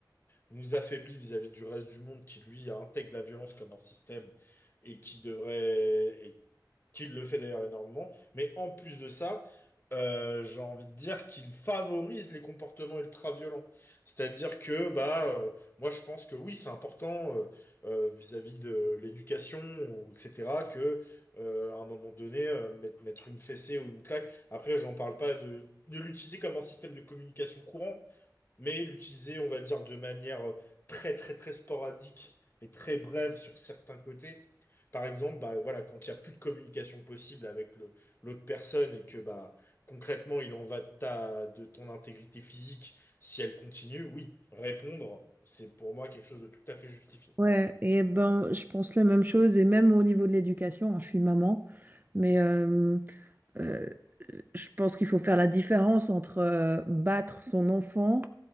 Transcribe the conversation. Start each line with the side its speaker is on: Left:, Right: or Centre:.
Left: nous affaiblit vis-à-vis du reste du monde qui, lui, intègre la violence comme un système et qui devrait, et qui le fait d'ailleurs énormément. Mais en plus de ça, euh, j'ai envie de dire qu'il favorise les comportements ultra-violents. C'est-à-dire que, bah, euh, moi, je pense que oui, c'est important euh, euh, vis-à-vis de l'éducation, ou etc., que, euh, à un moment donné, euh, mettre, mettre une fessée ou une claque. Après, j'en parle pas de, de l'utiliser comme un système de communication courant mais l'utiliser, on va dire, de manière euh, très, très, très sporadique et très brève sur certains côtés. Par exemple, bah, voilà, quand il n'y a plus de communication possible avec le- l'autre personne et que bah, concrètement, il en va de, ta, de ton intégrité physique, si elle continue, oui, répondre, c'est pour moi quelque chose de tout à fait justifié.
Right: Ouais, et ben, je pense la même chose, et même au niveau de l'éducation, hein, je suis maman, mais euh, euh, je pense qu'il faut faire la différence entre euh, battre son enfant